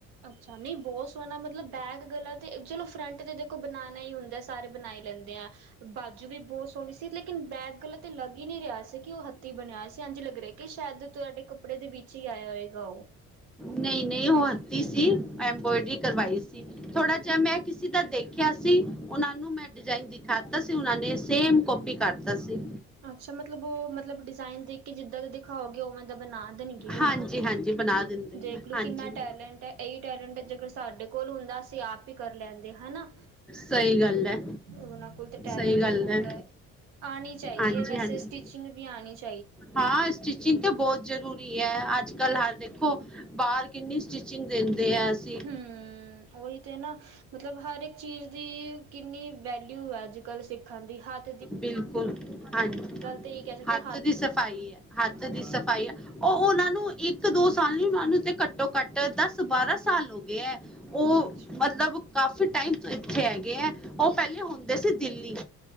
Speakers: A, on the right; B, in the centre.
A: ਅੱਛਾ ਨਈ ਬੋਤ ਸੋਣਾ ਮਤਲਬ ਬੈਗ ਗਲਾ- ਤੇ ਚਲੋ ਫਰੰਟ ਤੇ ਦੇਖੋ ਬਣਾਣਾ ਈ ਹੁੰਦਾ ਸਾਰੇ ਬਣਾਈ ਲੈਂਦੇ ਆ ।ਬਾਜੂ ਵੀ ਬੋਤ ਸੋਣੀ ਸੀ, ਲੇਕਿਨ ਬੈਕ ਗੱਲਾ ਤੇ ਲੱਗ ਈ ਨੀ ਰਿਆ ਸੀ ਕਿ ਉਹ ਹੱਥੀਂ ਬਣਿਆ ਸੀ। ਏਂਝ ਲੱਗ ਰਿਆ ਕਿ ਸ਼ੈਦ ਤੁਆਡੇ ਕੱਪੜੇ ਦੇ ਵਿੱਚ ਈ ਆਇਆ ਹੋਏਗਾ ਓ।
B: ਨਈ -ਨਈ ਓ ਹੱਤੀ ਸੀ ਐਬ੍ਰੋਡਰੀ ਕਰਵਾਈ ਸੀ ।ਥੋੜਾ ਜਿਹਾ ਮੈਂ ਕਿਸੇ ਦਾ ਦੇਖਿਆ ਸੀ ਉਨਾਂ ਨੂੰ ਮੈਂ ਡਿਜਾਇਨ ਦਿਖਾਤਾ ਸੀ ਉਨਾਂ ਨੇ ਸੇਮ ਕੋਪੀ ਕਰਤਾ ਸੀ।
A: ਅੱਛਾ ਮਤਲਬ ਉਹ ਮਤਲਬ ਡਿਜ਼ਾਇਨ ਦੇਖ ਕੇ ਜਿੱਦਾਂ ਦਾ ਦਿਖਾਓਗੇ ਉਵੇਂ ਬਣਾ ਦੇਣਗੇ ਓ।
B: ਹਾਂਜੀ ਹਾਂਜੀ ਬਣਾ ਦਿੰਦੇ
A: ਦੇਖਲੋ
B: ਆ ਹਾਂਜੀ
A: ਕਿੰਨਾ ਟੈਲੈਂਟ ਐ ਏਈ ਟੈਲੈਂਟ ਜੇਕਰ ਸਾਡੇ ਕੋਲ ਹੁੰਦਾ ਅਸੀਂ ਆਪ ਈ ਕਰ ਲੈਂਦੇ ਹਨਾ।
B: ਸਹੀ ਗੱਲ ਹੈ
A: ਉਨਾਂ ਕੋਲ ਤਾਂ ਟੈਲੈਂਟ
B: ਸਹੀ ਗੱਲ
A: ਈ ਬੋਤ
B: ਹੈ
A: ਐ। ਆਣੀ ਚਾਈਦ
B: ਹਾਂਜੀ
A: ਵਧੀਆ ਵੈਸੇ
B: ਹਾਂਜੀ
A: ਸਟਿਚਿੰਗ ਵੀ ਆਣੀ ਚਾਹੀ-
B: ਹਾਂ ਸਟਿਚਿੰਗ ਤੇ ਬੋਤ ਜ਼ਰੂਰੀ ਹੈ ਅੱਜ- ਅੱਜ ਕੱਲ ਹ ਦੇਖੋ ਬਾਰ ਕਿੰਨੀ ਸਟਿਚਿੰਗ ਦੇਂ ਆ ਅਸੀ
A: ਹਮ ਉਹੀ ਤੇ ਨਾ ਮਤਲਬ ਹਰ ਇੱਕ ਚੀਜ਼ ਦੀ ਕਿੰਨੀ ਵੈਲਿਊ ਐ ਅੱਜ ਕੱਲ੍ਹ ਸਿੱਖਣ ਦੀ ਹਥ
B: ਬਿਲਕੁਲ ਹਾਂਜੀ
A: ਤਾਂ ਇਹ ਕਹਿ ਸਕਦੇ
B: ਹੱਥ ਦੀ ਸਫਾਈ ਏ, ਹੱਥ ਦੀ ਸਫ਼ਾਈ ਏ, ਓ ਉਨਾਂ ਨੂੰ ਇੱਕ ਦੋ ਸਾਲ ਨੀ ਉਨਾ ਨੂੰ ਤੇ ਘੱਟੋ ਘੱਟ ਦਸ ਬਾਰਾਂ ਸਾਲ ਹੋ ਗਏ ਐ। ਓ
A: ਅੱਛਾ
B: ਮਤਲਬ ਕਾਫ ਕਾਫੀ ਟਾਈਮ ਤੋਂ ਇੱਥੇ ਹੈਗੇ ਐ, ਓ ਪੈਲੇ ਹੁੰਦੇ ਸੀ ਦਿੱਲੀ।